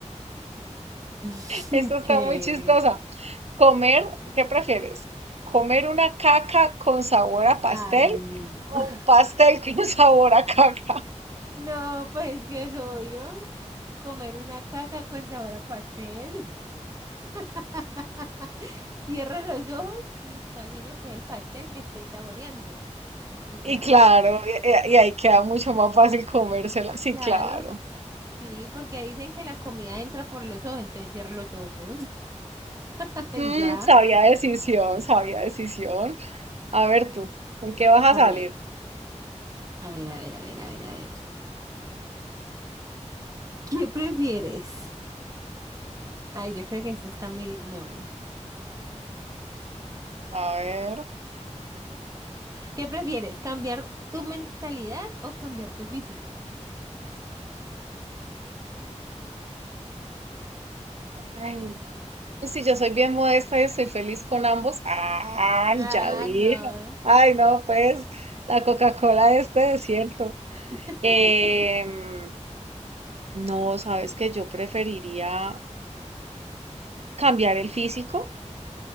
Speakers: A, on the right (about 25°); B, on the right (about 60°).
A: <laughs>
B: Esto está
A: ¿Qué?
B: muy chistosa. Comer, ¿qué prefieres? ¿Comer una caca con sabor a pastel
A: Ay, no.
B: o
A: <laughs>
B: un pastel <laughs> con sabor a caca?
A: No, pues que es obvio. Comer una caca con sabor a pastel. <laughs> Cierro los ojos y imagino que es el pastel que estoy saboreando. Y ya.
B: Y claro, y, y- ahí queda mucho más fácil comérsela. Sí,
A: Claro,
B: claro.
A: sí, porque dicen que la comida entra por los ojos, entonces cierro los ojos. <laughs> Y
B: Mm,
A: ya.
B: sabía decisión, sabía decisión. A ver tú, ¿con qué vas a
A: A
B: salir?
A: ver, a ver, a ver, a ver, a ver, a ver. ¿Qué prefieres? Ay, yo creo que este está muy... No.
B: A ver.
A: ¿Qué prefieres? ¿Cambiar tu mentalidad o cambiar tu físico?
B: Ay, si yo soy bien modesta y estoy feliz con ambos. Ah,
A: Ah,
B: ya dijo.
A: no.
B: Ay, no, pues la Coca-Cola de este desierto.
A: <laughs>
B: Em, No, sabes que yo preferiría cambiar el físico.